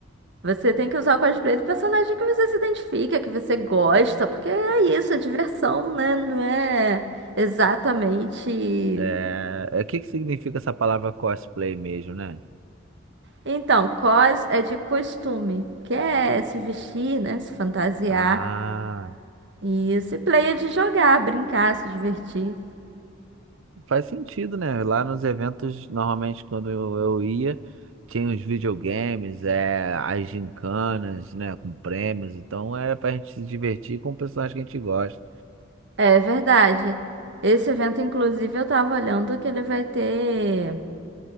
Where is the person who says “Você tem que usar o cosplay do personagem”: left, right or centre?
Right